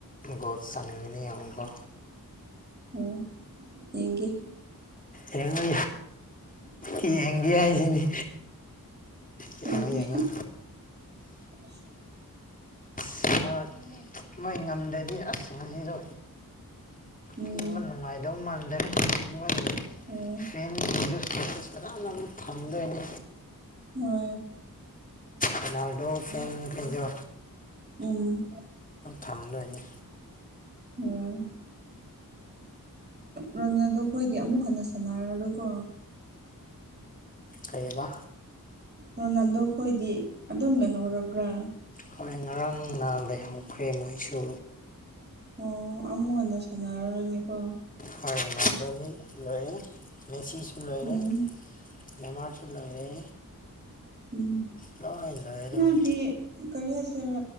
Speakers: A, on the left; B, on the right.
A: ꯒꯣꯠ ꯆꯥꯅꯤꯡꯉꯤꯅꯤ ꯌꯦꯡꯉꯨꯀꯣ
B: ꯍꯣꯏ ꯌꯦꯡꯒꯦ
A: ꯌꯦꯡꯉꯨ ꯌꯥꯏ ꯌꯦꯡꯒꯦ ꯍꯥꯏꯁꯤꯅꯤ ꯌꯦꯡꯉꯣ
B: ꯍꯦꯡꯒꯤꯦ
A: ꯌꯦꯡꯉꯣ
B: ꯑ
A: ꯁ ꯍꯣꯏ ꯃꯣꯏ ꯉꯝꯗ꯭ꯔꯗꯤ ꯑꯁ ꯉꯁꯤꯗꯣ
B: ꯎꯝ
A: ꯇꯨꯝꯕ ꯅꯨꯡꯉꯥꯏꯗꯧ ꯃꯥꯟꯗ꯭ꯔꯦ ꯃꯣꯏ
B: ꯎꯝ
A: ꯐ꯭ꯔꯦꯟꯁ ꯕꯤꯗꯤꯑꯣ ꯁꯀꯦꯇꯁ ꯐꯖꯅꯝ ꯊꯝꯃꯗꯣꯏꯅꯦ
B: ꯍ
A: ꯔꯣꯅꯥꯜꯗꯣ ꯐꯦꯟꯈꯩꯗꯣ
B: ꯎꯝ
A: ꯊꯝꯗꯣꯏꯅꯤ
B: ꯑꯝ ꯔꯣꯅꯗꯣ ꯑꯩꯈꯣꯏꯗꯤ ꯑꯃꯨꯛ ꯍꯟꯅ ꯁꯥꯟꯅꯔꯔꯣꯏꯀꯣ
A: ꯀꯩꯨꯝꯕ
B: ꯔꯣꯅꯥꯜꯗꯣ ꯈꯣꯏꯗꯤ ꯑꯗꯨꯝ ꯂꯩꯍꯧꯔꯕ꯭ꯔꯥ
A: ꯍꯣꯏ ꯉꯔꯥꯡꯅ ꯂꯩꯍꯧꯈ꯭ꯔꯦ ꯃꯣꯏꯁꯨ
B: ꯑꯣ ꯑꯃꯨ ꯉꯟꯅ ꯁꯥꯟꯅꯔꯔꯣꯏꯅꯦꯀꯣ
A: ꯍꯣꯏ ꯃ ꯑꯗꯨꯣꯅꯤ ꯂꯣꯏꯌꯦ ꯃꯦꯁꯤꯖ <unintelligible> ꯂꯣꯏꯔꯦ
B: ꯎꯝ
A: ꯅꯦꯃꯥꯔꯁꯨ ꯂꯣꯏꯔꯦ
B: ꯎꯝ
A: ꯇꯣꯏ ꯂꯣꯏꯔꯝꯅꯤ
B: ꯅꯣꯏꯗꯤ ꯀꯔꯤ ꯍꯥꯏꯁꯤꯔ